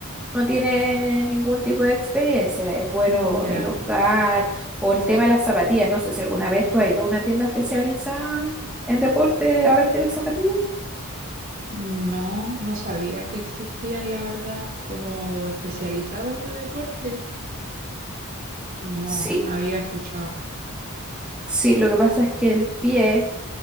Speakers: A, in the centre; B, on the right.
A: no tiene ningún tipo de experiencia. Es bueno
B: Ya,
A: elongar o el tema de las zapatillas. No sé si alguna vez tú has ido a una tienda especializada en deporte a verte las zapatillas.
B: no, no sabía que existían, la verdad, como especializados de deporte. No,
A: Sí,
B: no había escuchado.
A: sí, lo que pasa es que el pie...